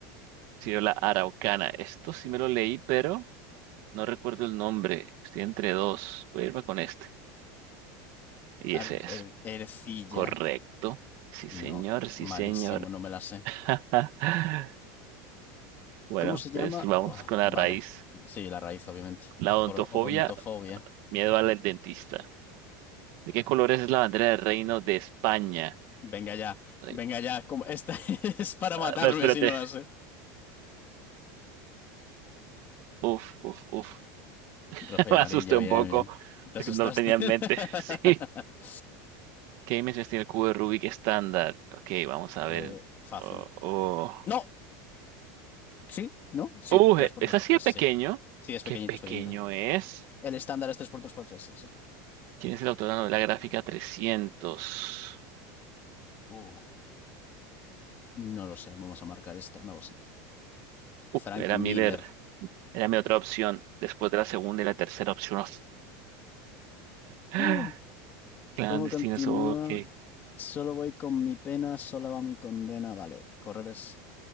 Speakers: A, on the right; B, on the left.
A: la Araucana. Esto sí me lo leí, pero no recuerdo el nombre. Estoy entre dos. Voy a irme con este. Y
B: Ar-
A: ese
B: er-
A: es.
B: Ercilla.
A: Correcto. Sí,
B: No,
A: señor, sí,
B: malísimo,
A: señor.
B: no me la sé.
A: <laughs> Bueno,
B: ¿Cómo se llama?
A: pues vamos
B: Oh,
A: con la
B: vale.
A: raíz.
B: Sí, la raíz, obviamente.
A: La
B: Oro-
A: odontofobia,
B: odontofobia.
A: miedo al dentista. ¿De qué colores es la bandera del Reino de España?
B: Venga ya,
A: Re-
B: venga ya. como- Esta <laughs> es para
A: A
B: matarme
A: ver, espérate.
B: si no la sé.
A: Uf, uf, uf. <laughs>
B: Rojo y
A: Me
B: amarillo,
A: asusté un
B: bien,
A: poco.
B: bien. Te
A: porque
B: asustaste.
A: No lo tenía en mente. <laughs> Sí.
B: <laughs>
A: ¿Qué dimensiones tiene el cubo de Rubik estándar? Ok, vamos a
B: Eh,
A: ver.
B: fácil.
A: Oh, oh.
B: No, sí, no, sí.
A: Uh,
B: 3
A: e-
B: por
A: es
B: 3
A: así
B: por 3
A: de pequeño.
B: sí. Sí, es pequeñito,
A: ¿Qué pequeño
B: es pequeñito.
A: es?
B: El estándar es 3 por 3 por 3 sí, eso es cierto.
A: ¿Quién es el autor de la novela gráfica 300?
B: Uh, no lo sé, vamos a marcar esta, no lo sé. Frank
A: Uf, era
B: Miller.
A: Miller. Era mi otra opción. Después de la segunda y la tercera opción. <gasps>
B: Mm.
A: Clandestinos,
B: ¿Cómo continúa?
A: ok.
B: Solo voy con mi pena, sola va mi condena. Vale, correr es